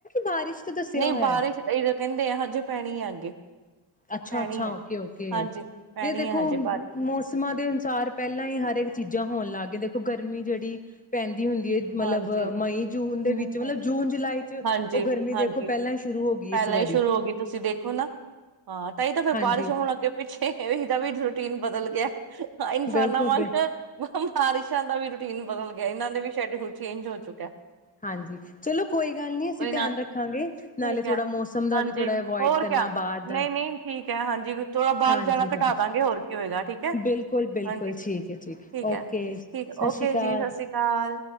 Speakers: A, on the left (about 15°); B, on the right (about 50°).
A: ਬਾਰਿਸ਼ ਤੋਂ ਦੱਸਿਆ
B: ਨਹੀਂ
A: ਹੋਇਆ
B: ਬਾਰਿਸ਼ ਇਹ ਕਹਿੰਦੇ ਆ ਹਜੇ ਪੈਣੀ ਆ ਅੱਗੇ।
A: ਅੱਛਾ
B: ਪੈਣੀ
A: ਅੱਛਾ
B: ਆ
A: ਓਕੇ ਓਕੇ
B: ਹਾਂਜੀ ਪੈਣੀ
A: ਇਹ ਦੇਖੋ
B: ਆ ਹਜੇ
A: ਮੌਸਮਾਂ
B: ਬਾਰਿਸ਼
A: ਦੇ ਅਨੁਸਾਰ ਪਹਿਲਾਂ ਹੀ ਹਰੇਕ ਚੀਜ਼ਾਂ ਹੋਣ ਲੱਗ ਗਏ ਦੇਖੋ ਗਰਮੀ ਜਿਹੜੀ ਪੈਂਦੀ ਹੁੰਦੀ ਹੈ ਮਤਲਬ
B: ਹਾਂਜੀ
A: ਮਈ ਜੂਨ ਦੇ
B: ਹੂੰ,
A: ਵਿੱਚ ਮਤਲਬ ਜੂਨ ਜੁਲਾਈ ਚ
B: ਹਾਂਜੀ-ਹਾਂਜੀ
A: ਉਹ ਗਰਮੀ ਦੇਖੋ ਪਹਿਲਾਂ ਹੀ ਸ਼ੁਰੂ ਹੋ ਗਈ
B: ਪਹਿਲਾਂ
A: ਇਸ ਵਾਰੀ
B: ਹੀ ਸ਼ੁਰੂ ਹੋ ਗਈ ਤੁਸੀਂ ਦੇਖੋ ਨਾ ਹਾਂ ਤਾਂ ਇਹ ਤਾਂ ਫੇਿਰ
A: ਹਾਂਜੀ
B: ਬਾਰਿਸ਼ ਹੋਣ ਲੱਗੇ ਪਿੱਛੇ ਇਹਹੀ ਤਾਂ ਵੀ ਨ ਬਦਲ ਗਿਆ ਇਨਸਾਨਾਂ
A: ਬਿਲਕੁਲ
B: ਵਾਂਗ
A: ਬਿਲ
B: ਬਾਰਿਸ਼ਾਂ ਦਾ ਵੀ ਦੀਨ ਬਦਲ ਗਿਆ ਇਹਨਾਂ ਦੇ ਵਿ ਸ਼ੇਡਿਊਲ ਚੇਂਜ ਹੋ ਚੁੱਕਾ ਹੈ।
A: ਹਾਂਜੀ ਚਲੋ ਕੋਈ ਗੱਲ ਨੀ ਅਸੀਂ ਧਿਆਨ
B: ਨਾ
A: ਰੱਖਾਂਗੇ
B: ਠੀਕ
A: ਨਾਲੇ ਥੋੜਾ
B: ਹੈ
A: ਮੌਸਮ ਦਾ
B: ਹਾਂਜੀ
A: ਵੀ ਥੋੜ੍ਹਾ ਅਵੋਇਡ
B: ਹੋਰ
A: ਕਰਨਾ
B: ਕਿਆ
A: ਬਾਹਰ ਦਾ।
B: ਨਹੀਂ ਨਹੀਂ ਠੀਕ ਹੈ ਹਾਂਜੀ ਥੋੜਾ ਬਾਹਰ
A: ਹਾਂਜੀ
B: ਜਾਣਾ
A: ਹਾਂਜੀ
B: ਘਟਾ ਦਾਂਗੇ ਹੋਰ ਕੀ ਹੋਏਗਾ ਠੀਕ ਹੈ
A: ਬਿਲਕੁਲ ਬਿਲਕੁਲ
B: ਹਾਂਜੀ
A: ਠੀਕ ਹੈ ਠੀਕ ਓਕੇ
B: ਹੈ
A: ਸਤਿ
B: ਠੀਕ ਓਕੇ
A: ਸ਼੍ਰੀ ਅਕਾਲ।
B: ਜੀ ਸਤਿ ਸ੍ਰੀ ਅਕਾਲ